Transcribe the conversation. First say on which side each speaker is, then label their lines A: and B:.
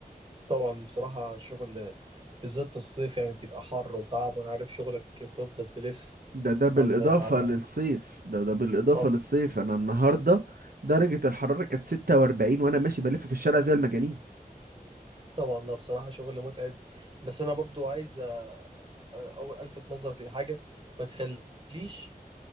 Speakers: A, on the right (about 30°); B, on the right (about 75°).
A: طبعا بصراحة الشغل بالذات في الصيف يعني بتبقى حر وتعب وانا عارف شغلك بتفضل تلف
B: ده ده بالاضافة
A: على على
B: للصيف ده ده بالاضافة
A: طبعا
B: للصيف انا النهاردة درجة الحرارة كانت 46 وانا ماشي بلف في الشارع زي المجانين
A: طبعا لا بصراحة شغل متعب بس انا برضو عايز أ- أو الفت نظرك لحاجة ما تخليش